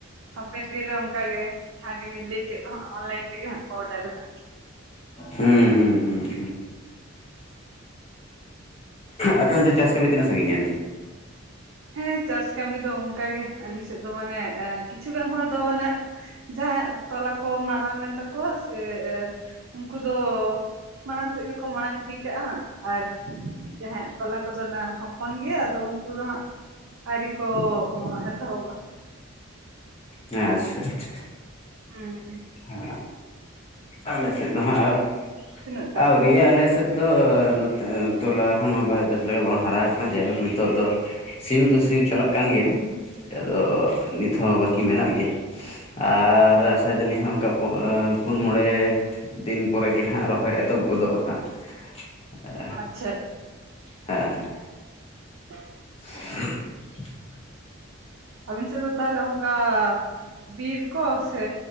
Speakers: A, on the right; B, on the left.
A: ᱦᱟᱯᱮᱱ ᱫᱤᱱ ᱨᱮ ᱚᱱᱠᱟ ᱜᱮ, ᱡᱟᱦᱟᱸ ᱜᱮᱵᱤᱱ ᱞᱟᱹᱭ ᱠᱮᱫ ᱫᱚ ᱦᱟᱸᱜ, ᱚᱱᱞᱟᱭᱤᱱ ᱛᱮᱜᱮ ᱦᱟᱸᱜ ᱠᱚ ᱚᱰᱟᱨ ᱮᱫᱟ᱾
B: ᱦᱩᱸ, ᱦᱩᱸ, ᱦᱩᱸ, ᱦᱩᱸ᱾
A: <inaudible>
B: ᱟᱯᱮ ᱚᱱᱛᱮ ᱪᱟᱥ ᱠᱟᱢᱤ ᱛᱤᱱᱟᱹᱜ ᱥᱟᱺᱜᱤᱧ ᱮᱱᱟ?
A: ᱦᱮᱸ ᱪᱟᱥ ᱠᱟᱹᱢᱤ ᱫᱚ ᱚᱱᱠᱟ ᱜᱮ ᱾ ᱟᱹᱞᱤᱧ ᱥᱮᱫ ᱫᱚ ᱢᱟᱱᱮ ᱠᱤᱪᱷᱩᱜᱟᱱ ᱦᱚᱲ ᱫᱚ ᱢᱟᱱᱮᱼᱼ ᱡᱟᱦᱟᱸᱭᱟᱜ ᱛᱚᱞᱟ ᱠᱚ ᱢᱟᱨᱟᱝ ᱞᱮᱱ ᱛᱟᱠᱚᱣᱟ ᱥᱮ ᱩᱱᱠᱩ ᱫᱚᱼᱼ ᱢᱟᱬᱟᱝ ᱥᱮᱫ ᱜᱮᱠᱚ ᱢᱟᱬᱟᱝ ᱤᱫᱤ ᱠᱟᱜᱼᱟ ᱦᱟᱸᱜ ᱟᱨᱼᱼ ᱡᱟᱦᱟᱸᱭᱟᱜ ᱛᱚᱞᱟ ᱠᱚᱫᱚ ᱚᱱᱟ ᱦᱚᱯᱚᱱ ᱜᱮᱭᱟ ᱾ ᱟᱫᱚ ᱩᱱᱠᱩ ᱫᱚ ᱦᱟᱸᱜᱼᱼ ᱟᱹᱣᱨᱤ ᱠᱚ ᱮᱛᱚᱦᱚᱵᱚᱜᱼᱟ ᱾
B: ᱦᱮᱸ ᱟᱪᱪᱷᱟ, ᱟᱪᱪᱷᱟ᱾
A: ᱦᱩᱸ
B: ᱦᱮᱸ, ᱟᱞᱮ ᱥᱮᱫ ᱫᱚ ᱦᱟᱸᱜ,
A: ᱛᱤᱱᱟᱹᱜ ᱴᱟᱜ
B: <unintelligible> ᱫᱤᱭᱮ ᱟᱞᱮᱥᱮᱫ ᱫᱚ ᱱᱚᱛᱮ, ᱛᱚᱞᱟ <unintelligible> ᱵᱟᱭ ᱫᱟᱜ ᱞᱮᱠᱟ ᱵᱟᱝ ᱦᱟᱨᱟ ᱟᱠᱟᱱᱟ ᱾ ᱡᱟᱭᱦᱳᱠ ᱱᱤᱛᱚᱜ ᱫᱚᱼᱼ ᱥᱤᱭᱩᱜ ᱫᱚ ᱥᱤᱭᱩᱜ ᱪᱟᱞᱟᱜ ᱠᱟᱱ ᱜᱮᱭᱟ ᱾ ᱟᱫᱚ ᱱᱤᱛ ᱦᱚᱸ ᱵᱟᱹᱠᱤ ᱢᱮᱱᱟᱜ ᱜᱮᱭᱟ ᱾ ᱟᱨ ᱟᱥᱟᱭ ᱫᱟᱞᱤᱧ ᱦᱟᱸᱜ ᱚᱱᱠᱟ, ᱯᱩᱱ ᱢᱚᱬᱮᱼᱼ ᱫᱤᱱ ᱯᱚᱨᱮ ᱜᱮ ᱦᱟᱸᱜ ᱨᱚᱦᱚᱭ ᱮᱛᱚᱵ ᱜᱚᱫᱚᱜᱼᱟ ᱦᱟᱸᱜ ᱾ ᱦᱮᱸ,
A: ᱟᱪᱪᱷᱟ ᱟᱪᱪᱷᱟ,
B: ᱦᱮᱸ, ᱦᱮᱸ᱾
A: <inaudible>
B: <inaudible>
A: ᱟᱹᱵᱤᱱ ᱥᱮᱫ ᱫᱚ ᱛᱟᱦᱚᱞᱮ ᱚᱱᱠᱟ ᱵᱤᱨ ᱠᱚ ᱥᱮ